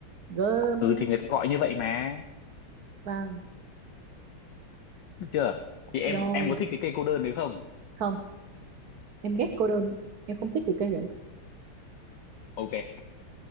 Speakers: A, on the right; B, on the left.
A: gơm
B: ừ
A: nữa
B: thì người ta gọi như vậy mà
A: vàng
B: được chưa thì em
A: rồi
B: em có thích cái cây cô đơn đấy không
A: không em ghét cô đơn em không thích cái cây đấy
B: ok